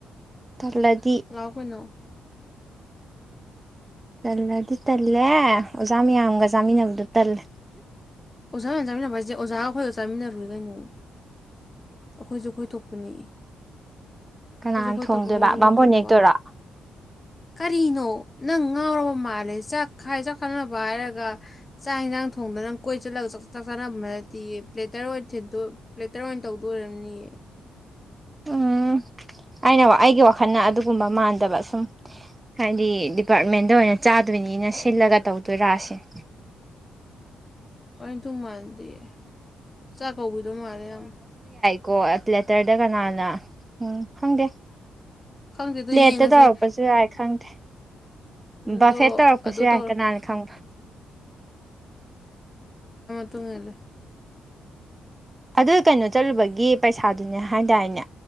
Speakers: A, on the right; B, on the left.
A: ꯇꯜꯂꯥꯗꯤ
B: ꯂꯥꯛꯑꯣ ꯀꯩꯅꯣ
A: ꯇꯜꯂꯗꯤ ꯇꯜꯂꯦ ꯑꯣꯖꯥ ꯃꯌꯥꯝꯒ ꯆꯥꯃꯤꯟꯅꯕꯗꯣ ꯇꯜꯂꯦ
B: ꯑꯣꯖꯥꯒ ꯑꯣꯏꯅ ꯆꯥꯃꯤꯟꯅꯕ ꯍꯥꯏꯁꯦ ꯑꯣꯖꯥꯒ ꯑꯩꯈꯣꯏꯒ ꯆꯥꯃꯤꯟꯅꯔꯨꯏ ꯀꯩꯅꯣ ꯑꯩꯈꯣꯏꯁꯨ ꯑꯩꯈꯣꯏ ꯊꯣꯛꯄꯅꯤ
A: ꯀꯅꯥꯅ
B: ꯈꯣꯏꯁꯨ ꯈꯣꯏ
A: ꯊꯣꯡꯗꯣꯏꯕ
B: ꯊꯣꯛꯄ ꯃꯣꯏꯁꯨ
A: ꯕꯥꯃꯣꯟ
B: ꯃꯣꯏ ꯊꯣꯛꯄ
A: ꯅꯦꯛꯇꯣꯏꯔꯣ
B: ꯀꯔꯤꯅꯣ ꯅꯪ ꯉꯥꯎꯔꯕ ꯃꯥꯜꯂꯦ ꯆꯥꯛ ꯈꯥꯏ ꯆꯥꯎꯈꯠꯅꯕ ꯍꯥꯏꯔꯒ ꯆꯥꯛ ꯌꯦꯟꯁꯥꯡ ꯊꯣꯡꯗꯅ ꯅꯪ ꯀꯣꯏ ꯆꯠꯂꯒ ꯥ ꯆꯥꯛ ꯆꯥꯅꯅꯗꯤ ꯄ꯭ꯂꯦꯇꯔ ꯑꯣꯏꯅ ꯄ꯭ꯂꯦꯇꯔ ꯑꯣꯏꯅ ꯇꯧꯗꯣꯏꯔꯝꯅꯤꯌꯦ
A: ꯎꯝ ꯑꯩꯅ ꯑꯩꯒꯤ ꯋꯥꯈꯜꯅ ꯑꯗꯨꯒꯨꯝꯕ ꯃꯥꯟꯗꯕ ꯁꯨꯝ ꯍꯥꯏꯗꯤ ꯗꯤꯄꯥꯔꯠꯃꯦꯟꯗ ꯑꯣꯏꯅ ꯆꯥꯗꯣꯏꯅꯤꯅ ꯁꯤꯜꯂꯒ ꯇꯧꯗꯣꯏꯔ ꯁꯤꯅꯦ
B: ꯑꯩ ꯑꯗꯨꯝ ꯃꯥꯥꯟꯗꯦ ꯆꯥꯛ ꯀꯧꯕꯤꯗꯧ ꯃꯥꯜꯂꯦ ꯌꯥꯝ
A: ꯀꯣ ꯂꯦꯇꯔꯗ ꯀꯅꯥꯅ ꯎꯝ ꯈꯪꯗꯦ
B: ꯈꯪꯗꯦ ꯑꯗꯣ
A: ꯂꯦꯠꯇ
B: ꯌꯦꯡꯉꯁꯦ
A: ꯇꯧꯔꯛꯄꯁꯨ ꯌꯥꯏ ꯈꯪꯗꯦ
B: ꯑꯗꯣ
A: ꯕꯐꯦꯠ ꯇꯧꯔꯛꯄꯁꯨ
B: ꯑꯗꯨ
A: ꯌꯥꯏ
B: ꯇꯧꯔꯣ
A: ꯀꯅꯥꯅ ꯈꯪꯕ
B: ꯎꯝ ꯎꯝ
A: ꯑꯗꯨ ꯀꯩꯅꯣ ꯆꯠꯂꯨꯕꯒꯤ ꯄꯩꯁꯥꯗꯨꯅꯦ ꯍꯥꯏꯗꯥꯏꯅꯦ